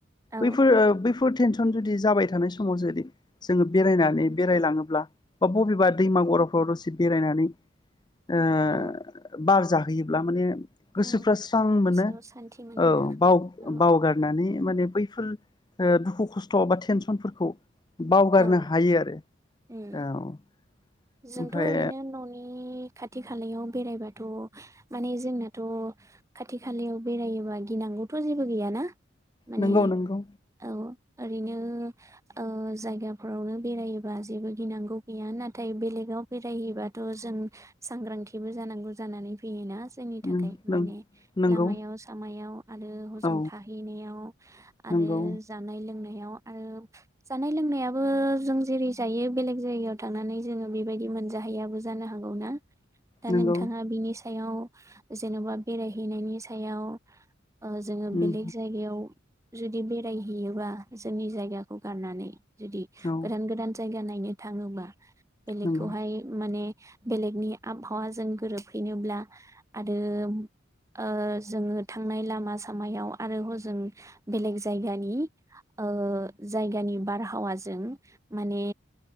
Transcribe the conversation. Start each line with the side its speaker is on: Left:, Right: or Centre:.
Right: औ
Left: बैफोर बैफोर थेन थ्रन जुदि जाबाय थानाय समाव जुदि जोङो बेरायनानै बेरायलाङोब्ला बा बबेबा दै मागर फट'सिप बेरायनानै ओ
Right: औ
Left: बारजा होयोब्ला माने गोसोफ्रा
Right: औ
Left: स्रां
Right: गोसोआव
Left: मोनो
Right: सान्थि मोनोना
Left: औ बाव-बावगारनानै
Right: औ
Left: माने बैफोर दुखु खस्थ' बा टेनसनफोरखौ बावगारनो
Right: औ
Left: हायो आरो औ
Right: उम जोंथ'
Left: ओमफ्राय
Right: ओरैनो न'नि खाथि खालायाव बेराय बाथ' माने जोंनाथ' खाथि खालायाव बेरायोबा गिनांगौथ' जेबो गैयाना माने
Left: नंगौ नंगौ
Right: औ ओरैनो ओ जायगाफोरावनो बेरायोबा जेबो गिनांगौ गैया ना नाथाय बेलेगाव बेरायहैबाथ' जों सांग्रांथिबो जानांगौ जानानै फैयोना जोंनि थाखाय
Left: नों
Right: माने
Left: नों नंगौ
Right: लामायाव सामायाव आरो हजों
Left: औ
Right: थाहैनायाव आरो
Left: नंगौ
Right: जानाय लोंनाय <unintelligible> आरो जानाय लोंनायाबो जों जेरै जायो बेलेग जायगायाव थांनानै जोङो बेबायदि मोनजाहैयाबो जानो हागौ ना दा
Left: नंगौ
Right: नोंथाङा बिनि सायाव जेन'बा बेरायहैनायनि सायाव जोङो
Left: उम
Right: बेलेग जायगायाव जुदि बेरायहैयोबा जोंनि जायगाखौ गारनानै जुदि
Left: औ
Right: गोदान गोदान जायगा नाय नायनो थाङोबा बेलेगखौहाय
Left: नंगौ
Right: माने बेलेगनि आबहावाजों गोरोबहैनोब्ला आरो ओ जोंङो थांनाय लामा सामायाव आरो हजों बेलेग जायगानि ओ जायगानि बारहावाजों माने